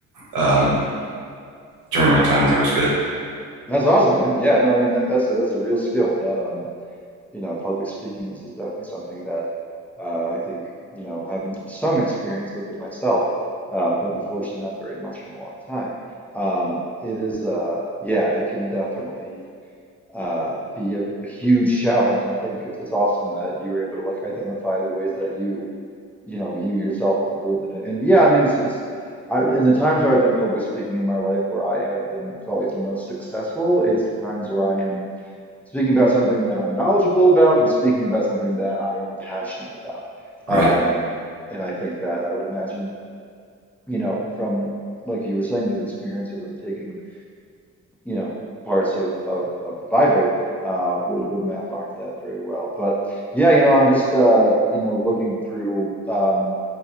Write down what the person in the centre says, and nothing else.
That's awesome, man. Yeah, no, I mean that, that's a, that's a real skill. That um, you know, public speaking is, is definitely something that uh, I think you know having some experience with it myself, uh, but unfortunately not very much in a long time. Um, it is uh, yeah, it can definitely uh, be a, a huge challenge. And I think it's, it's awesome that you were able to like identify the ways that you, you know, you yourself improved in it. And yeah, I mean, it's, it's I, in the times where I've done public speaking in my life where I have been felt like the most successful, it's the times where I am speaking about something that I'm knowledgeable about and speaking about something that I am passionate about. Um,
and I think that I would imagine, you know, from like you were saying, these experiences of taking you know parts of of, of the Bible uh, would would map onto that very well. But yeah, you know, I'm just uh, you know looking through um,